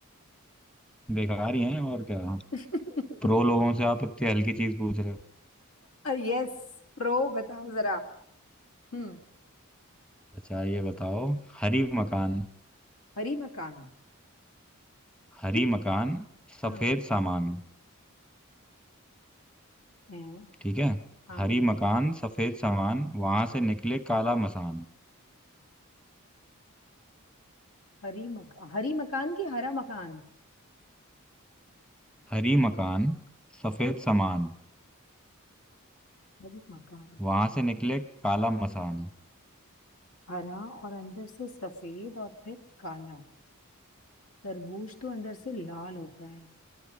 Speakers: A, in the centre; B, on the left.
A: बेकार ही हैं और क्या
B: <laughs>
A: प्रो लोगों से आप इतनी हल्की चीज पूछ रहे हो
B: यस प्रो बताओ जरा हम्म
A: अच्छा ये बताओ हरी मकान
B: हरी मकान
A: हरी
B: कि
A: मकान सफेद
B: हाँ
A: सामान
B: है
A: ठीक है
B: हाँ
A: हरी मकान सफेद सामान वहां से निकले काला मसान
B: हरी मकान हरी मकान की हरा मकान
A: हरी मकान सफेद सामान
B: हरी मकान
A: वहां से निकले काला मसान
B: हरा और अंदर से सफेद और फिर काला तरबूज तो अंदर से लाल होता है